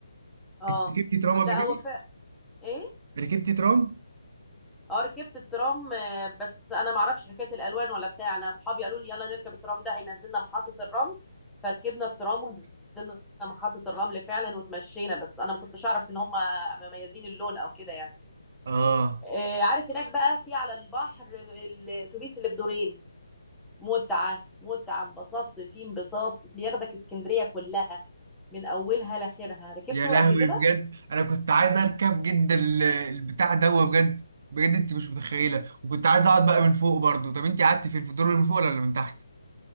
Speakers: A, on the right (about 45°); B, in the centre.
A: <laughs>
B: اه
A: انت ركبتي ترام
B: لا
A: قبل
B: هو
A: كده
B: فا ايه
A: ركبتي ترام
B: اه ركبت الترام آه، بس انا ما اعرفش حكايه الالوان ولا بتاع انا اصحابي قالوا لي يلا نركب الترام ده هينزلنا محطه الرمل فركبنا الترام ونزلنا محطه الرمل فعلا وتمشينا بس انا ما كنتش اعرف ان هم مميزين اللون او كده يعني
A: اه
B: آه، عارف هناك بقى في على البحر الاتوبيس اللي بدورين متعه متعه انبسطت فيه انبساط بياخدك اسكندريه كلها من اولها لاخرها ركبته
A: يا لهوي
B: قبل كده
A: بجد انا كنت عايز اركب جدا ال- البتاع ده بجد بجد انت مش متخيله وكنت عايز اقعد بقى من فوق برضو طب انت قعدتي فين في الدور اللي من فوق ولا اللي من تحت